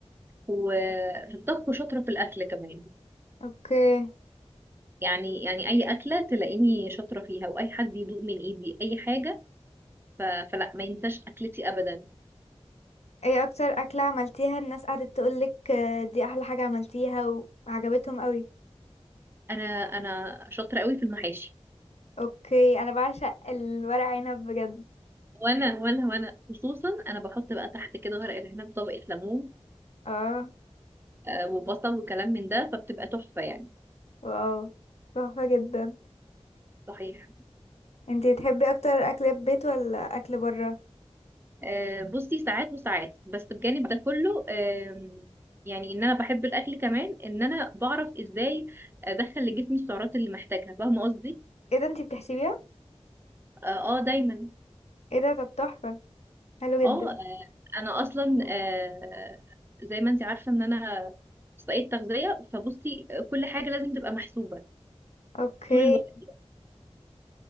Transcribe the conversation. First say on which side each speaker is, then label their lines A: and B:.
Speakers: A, on the right; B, on the left.
A: وفي الطبخ وشاطرة في الأكل كمان
B: اوكي
A: يعني يعني أي أكلة تلاقيني شاطرة فيها وأي حد يدوق من إيدي أي حاجة ف... فلا ما ينساش أكلتي أبدا
B: ايه اكتر اكلة عملتيها الناس قعدت تقولك آه، دي احلى حاجة عملتيها وعجبتهم قوي
A: أنا أنا شاطرة قوي في المحاشي
B: اوكي انا بعشق الورق عنب بجد
A: وانا وانا وانا خصوصا انا بحط بقى تحت كده ورق العنب طبقة ليمون
B: اه
A: آه، وبصل وكلام من ده فبتبقى تحفة يعني
B: واو تحفة جدا
A: صحيح
B: انتي بتحبي اكتر اكل بيت ولا اكل برا
A: آه، بصي ساعات وساعات بس بجانب ده كله آم، يعني ان انا بحب الاكل كمان ان انا بعرف ازاي ادخل لجسمي السعرات اللي محتاجها فاهمة قصدي
B: ايه ده انتي بتحسبيها
A: اه آه، دايما
B: ايه ده طب تحفة حلو جدا
A: اه آه، انا اصلا آه، زي ما انت عارفة ان انا اخصائية تغذية فبصي كل حاجة لازم تبقى محسوبة
B: اوكي
A: طول الوقت